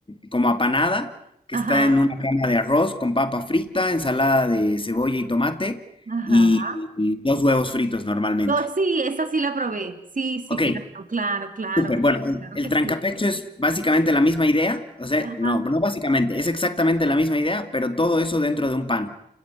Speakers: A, on the left (about 30°); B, on the right (about 55°).
A: como apanada, que
B: ajá,
A: está en una cama de arroz con papa frita, ensalada de cebolla y tomate
B: ajá.
A: y, y dos huevos fritos normalmente.
B: No, sí, esa sí la probé. Sí, sí,
A: Ok,
B: claro, claro, claro.
A: súper. Bueno, el,
B: Claro
A: el
B: que
A: trancapecho
B: sí.
A: es básicamente la misma idea. O sea,
B: Ajá.
A: no, no básicamente, es exactamente la misma idea, pero todo eso dentro de un pan.